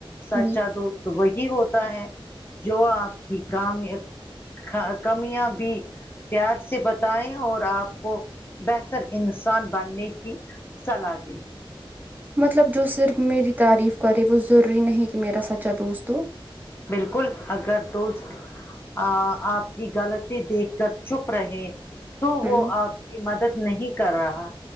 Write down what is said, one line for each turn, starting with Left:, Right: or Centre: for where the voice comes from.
Left: سچا
Right: ہوں
Left: دوست تو وہی ہوتا ہے جو آپ کی کام خا کمیاں بھی پیار سے بتائیں اور آپ کو بہتر انسان بننے کی صلاح دی
Right: مطلب جو صرف میری تعریف کرے وہ ضروری نہیں کہ میرا سچا دوستوں
Left: بالکل اگر دوست آ آپ کی غلطی دیکھ کر چپ رہے تو
Right: ہوں
Left: وہ آپ کی مدد نہیں کر رہا